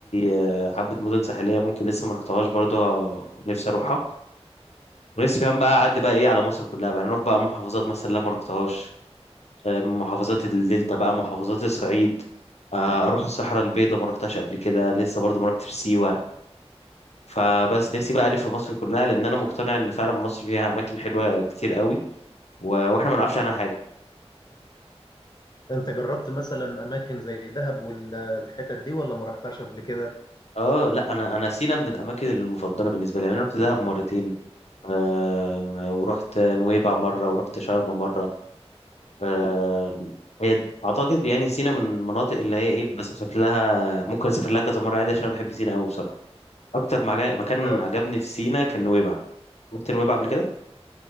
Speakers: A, on the left; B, on the left.
A: آه، حبة مدن ساحلية ممكن لسه ما رحتهاش برضه آه، نفسي أروحها ونفسي كمان بقى أعدي بقى إيه على مصر كلها بقى يعني نروح بقى محافظات مثلا لا ما رحتهاش آه، محافظات الدلتا بقى محافظات الصعيد آه، اروح الصحراء البيضاء ما رحتهاش قبل كده لسه برضو ما رحتش سيوة فبس نفسي بقى الف مصر كلها لان انا مقتنع ان فعلا مصر فيها اماكن حلوة كتير قوي و- واحنا ما نعرفش عنها حاجة
B: انت جربت مثلا اماكن زي دهب والحتت دي ولا ما رحتهاش قبل كده
A: اه لا انا انا سينا من الاماكن المفضله بالنسبه لي يعني انا رحت دهب مرتين آه ورحت نويبع مره ورحت شرم مره آه هي اعتقد يعني سينا من المناطق اللي هي ايه بس شكلها ممكن اسافر لها كذا مره عادي عشان انا بحب سينا قوي بصراحه اكتر مع- مكان
B: ده
A: عجبني في سينا كان نويبع رحت نويبع قبل كده